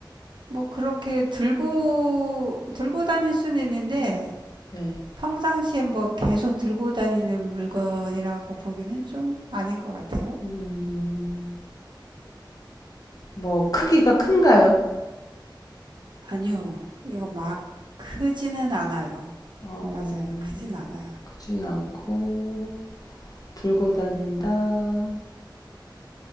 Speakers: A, on the right (about 65°); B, on the left (about 50°).
A: 뭐 그렇게 들고 들고 다닐 수는 있는데
B: 네.
A: 평상시에 뭐 계속 들고 다니는 물건이라고 보기는 좀 아닌 것 같아요.
B: 음, 뭐 크기가 큰가요?
A: 아니요, 이거 막 크지는 않아요.
B: 어,
A: 음, 맞아요, 크진 않아요.
B: 크진 않고 들고 다닌다.